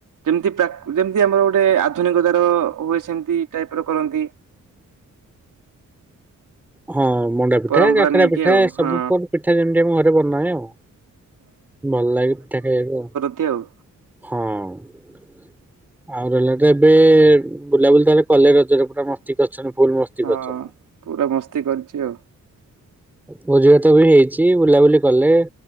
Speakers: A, on the right; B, in the centre.
A: ଯେମିତି ପ୍ରାକ୍ ଯେମିତି ଆମର ଗୋଟେ ଆଧୁନିକ ଦାର ହୁଏ ସେମିତି ଟାଇପ୍ ର କରନ୍ତି।
B: ହଁ, ମଣ୍ଡା ପିଠା,
A: ପରମ୍ପରା
B: କାକରା
A: ନେଇକି
B: ପିଠା
A: ଆଉ
B: ଏ ସବୁ
A: ହଁ
B: ପିଠା ଯେମିତି ଆମ ଘରେ ବନାଏ ଆଉ। ଭଲ ଲାଗେ ପିଠା ଖାଇବାକୁ ଆଉ।
A: ଏମତି ଆଉ।
B: ହଁ। ଆଉ ରହିଲା ତ ଏବେ ବୁଲାବୁଲି ତାେଲେ କଲେ ରଜରେ ପଟା ମସ୍ତି କରି ଅଛନ ଫୁଲ ମସ୍ତି
A: ହଁ
B: କରିଛନ୍ତି।
A: ପୁରା ମସ୍ତି କରିଚି ଆଉ।
B: ଭୋଜିଭାତ ବି ହେଇଚି ବୁଲାବୁଲି କଲେ।